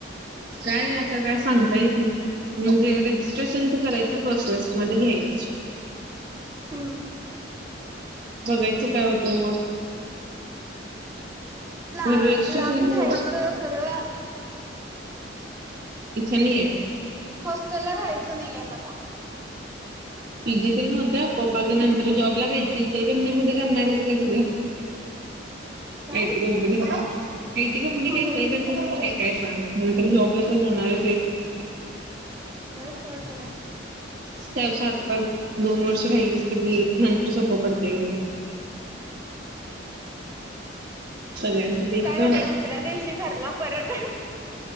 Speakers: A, on the right; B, on the right.
A: काय आता काय सांगता येत नाही म्हणजे रेजिस्ट्रेशनच करायच प्रोसेस मध्ये घ्यायच
B: हम्
A: बघायचं काय होत म
B: ला
A: रेजस््रेशन
B: लांब घ्यायचं खरं
A: इच्छा नाही आहे
B: हॉस्टेलला राहायचं नाही आहे मला
A: पीजी होत्या पपा नंतर जॉबला काायचथ फॅमली मध्ये करणार आहे काय तु
B: काय?
A: आयटी कंपनी आयटी कंपनी काही
B: होय
A: काय सांग तर जॉबला तर जाणार
B: वळच वड फरा
A: त्या आता दोन वर्ष राहिलीच त मी नंतर सोखपडते सगळ्यांचं ते
B: काय
A: तर
B: करायचं दुसऱ्या दिवशी घरला परत